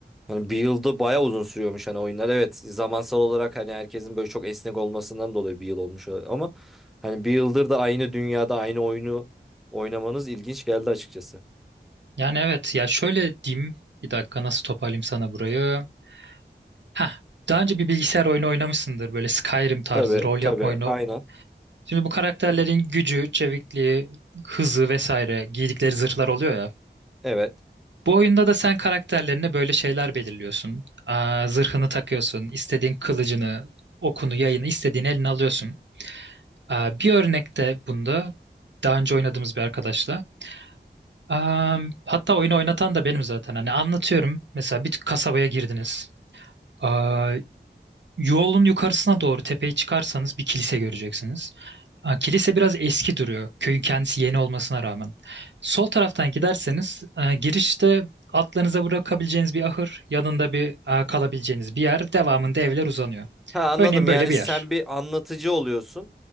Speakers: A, in the centre; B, on the right.
A: Hani bir yılda bayağı uzun sürüyormuş hani oyunlar. Evet zamansal olarak hani herkesin böyle çok esnek olmasından dolayı bir yıl olmuş olabilir. ama hani bir yıldır da aynı dünyada aynı oyunu oynamanız ilginç geldi açıkçası.
B: Yani evet ya şöyle diyeyim. Bir dakika nasıl toparlayayım sana burayı? Heh, daha önce bir bilgisayar oyunu oynamışsındır böyle Skyrim tarzı
A: Tabii
B: rol yapma
A: tabii
B: oyunu
A: aynen.
B: Şimdi bu karakterlerin gücü, çevikliği, hızı vesaire giydikleri zırhlar oluyor ya.
A: Evet.
B: Bu oyunda da sen karakterlerine böyle şeyler belirliyorsun. Aa, zırhını takıyorsun, istediğin kılıcını, okunu, yayını istediğin eline alıyorsun. Aa, bir örnekte bunda daha önce oynadığımız bir arkadaşla. Aa, hatta oyunu oynatan da benim zaten. Hani anlatıyorum. Mesela bir kasabaya girdiniz. Aa, Yolun yukarısına doğru tepeye çıkarsanız bir kilise göreceksiniz. Aa, Kilise biraz eski duruyor. Köyün kendisi yeni olmasına rağmen. Sol taraftan giderseniz e, girişte atlarınıza bırakabileceğiniz bir ahır, yanında bir e, kalabileceğiniz bir yer, devamında evler uzanıyor.
A: Ha anladım.
B: Örneğin
A: Yani
B: böyle bir
A: sen
B: yer.
A: bir anlatıcı oluyorsun.